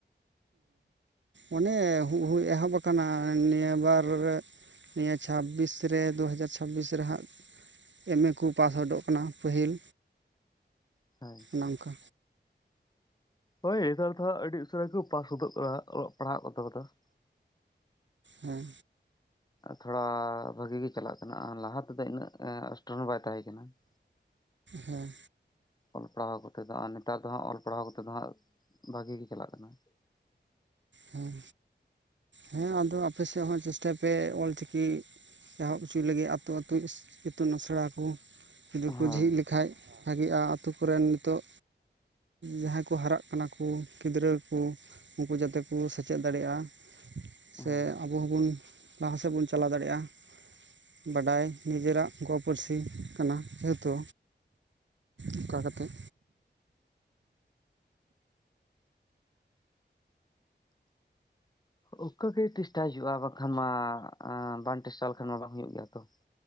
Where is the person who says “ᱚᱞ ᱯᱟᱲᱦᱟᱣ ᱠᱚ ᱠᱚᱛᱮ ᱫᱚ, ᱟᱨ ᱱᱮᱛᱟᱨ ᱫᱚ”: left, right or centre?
Left